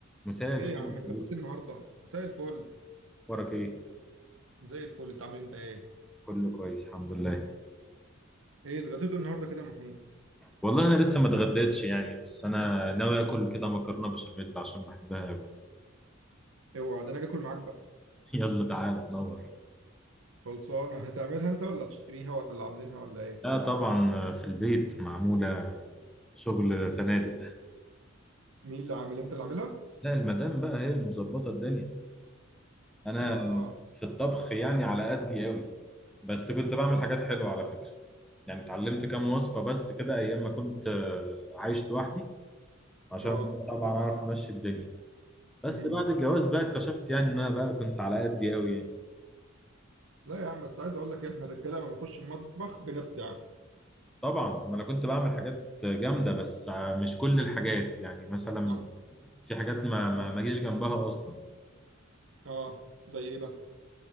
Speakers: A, in the centre; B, on the right (about 70°).
A: مساء الخير
B: ايه يا عم
A: يا صديقي
B: اتغديت النهارده مساء الفل
A: اخبارك ايه
B: زي الفل انت عامل انت ايه
A: كله كويس الحمد لله
B: ايه اتغديت النهارده كده يا محمود
A: والله انا لسه ما اتغديتش يعني بس انا ناوي اكل كده مكرونه بشاميل عشان بحبها أوي.
B: اوعى ده انا اجي اكل معاك بقى
A: <laughs> يلا تعالى تنور
B: خلصانه هتعملها انت ولا هتشتريها ولا عاملينها ولا ايه
A: لا طبعا في البيت معموله شغل فنادق
B: مين اللي عامل انت اللي عاملها
A: لا المدام بقى هي اللي مظبطه الدنيا انا
B: اه
A: في الطبخ يعني على قدي قوي بس كنت بعمل حاجات حلوه على فكره يعني اتعلمت كام وصفه بس كده ايام ما كنت آه، عايش لوحدي عشان
B: اه
A: طبعا اعرف امشي الدنيا بس
B: مهم.
A: بعد الجواز بقى اكتشفت يعني ان انا بقى كنت على قدي قوي يعني
B: لا يا عم بس عايز اقول لك إيه، احنا الرجاله لما بنخش المطبخ بنبدع
A: طبعا ما انا كنت بعمل حاجات جامده بس مش كل الحاجات يعني مثلا
B: اه
A: في حاجات ما ما ما جيش جنبها اصلا
B: اه زي ايه مثلا